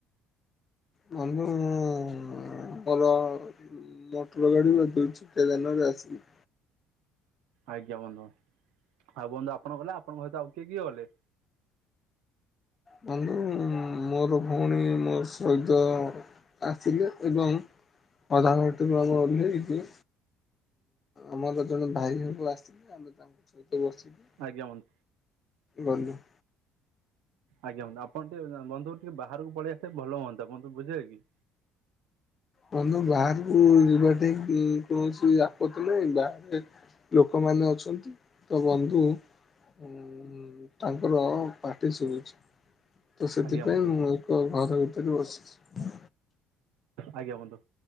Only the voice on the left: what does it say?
ବନ୍ଧୁ ମୁଁ ଭଲ ମଟର ଗାଡି ବା ଦୁଇ ଚକିଆ ଯାନରେ ଆସିଲି।
ବନ୍ଧୁ ମୋର ଭଉଣୀ ମୋ ସହିତ ଆସିଲେ ଏବଂ ଅଧା ବାଟରୁ ଆମେ ଓହ୍ଲେଇକି ଆମର ଜଣେ ଭାଇ ହେବ ଆସିଲେ ଆମେ ତାଙ୍କ ସହିତ ବସିକି
ଗଲୁ।
ବନ୍ଧୁ ବାହାରକୁ ଯିବା ଟି କୌଣସି ଆପତ୍ତି ନାହିଁ। ବାହାରେ ଲୋକମାନେ ଅଛନ୍ତି। ତ ବନ୍ଧୁ ଉଁ ତାଙ୍କର ପାଟି ଶୁବୁଚି। ତ ସେଥିପାଇଁ
ମୁଁ ଏକ ଘର ଭିତରେ ବସିଚି।